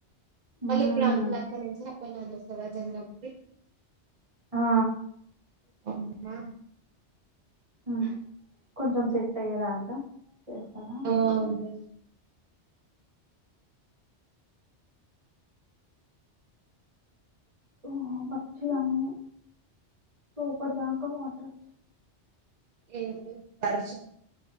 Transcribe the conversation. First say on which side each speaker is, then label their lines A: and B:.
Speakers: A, on the right; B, on the right.
A: మళ్ళీ
B: ఉమ్
A: ఇప్పుడు అంకుల్ అక్కడి నుంచి అప్ అండ్ డౌన్ చేస్తారా జనరల్
B: ఆ
A: అమ్మా
B: మ్మ్ కొంచెం సెట్ అయ్యేదాకా చేస్తానా
A: అవున్రా
B: ఆ పచ్చి గాయమే రేపటిదాకా వాటర్
A: ఏంటిది వర్షం